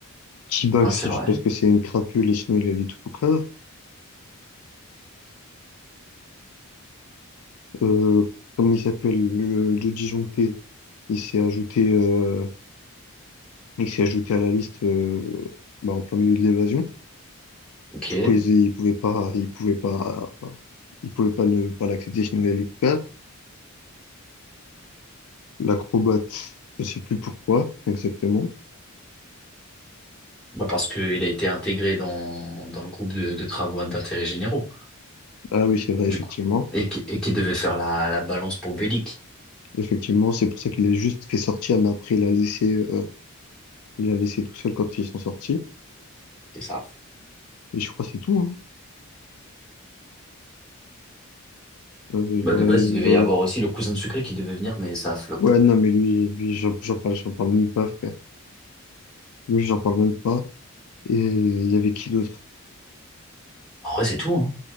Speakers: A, on the left; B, in the centre.
A: T-Bag, c'est
B: c'est vrai.
A: juste parce que c'est une crapule et sinon il allait tout au cave. Euh, comme il s'appelle, le Joe disjoncté, il s'est ajouté, euh, il s'est ajouté à la liste euh, bah, en plein milieu de l'évasion.
B: Ok.
A: Du coup, ils, ils pouvaient pas, ils pouvaient pas, ils pouvaient pas le, pas l'accepter sinon il allait tout cave. L'acrobate, je sais plus pourquoi exactement.
B: Bah parce qu'il a été intégré dans, dans le groupe de, de travaux d'intérêt généraux,
A: Ah oui, c'est vrai,
B: du
A: effectivement.
B: coup. Et, qui- et qui devait faire la, la balance pour Bellic.
A: Effectivement, c'est pour ça qu'il a juste fait sortir, mais après il a laissé, euh, il a laissé tout seul quand ils sont sortis.
B: C'est ça.
A: Et je crois que c'est tout. Hein. Euh, je
B: Bah
A: dirais-
B: de base, il devait y avoir aussi le cousin de Sucré qui devait venir, mais ça a flop.
A: Ouais, non, mais lui, lui, j'en j'en parle, j'en parle même pas, frère. Lui, j'en parle même pas. Et il y avait qui d'autre?
B: En vrai, c'est tout, hein.